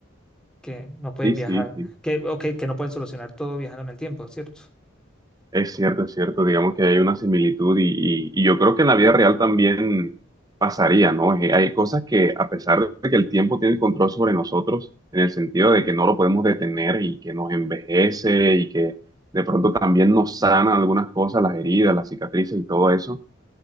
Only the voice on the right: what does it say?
Sí,
sí, sí.
Es cierto, es cierto. Digamos que hay una similitud y, y- y yo creo que en la vida real también pasaría, ¿no? Eh, Hay cosas que, a pesar de que el tiempo tiene el control sobre nosotros, en el sentido de que no lo podemos detener y que nos envejece y que de pronto también nos sana algunas cosas, las heridas, las cicatrices y todo eso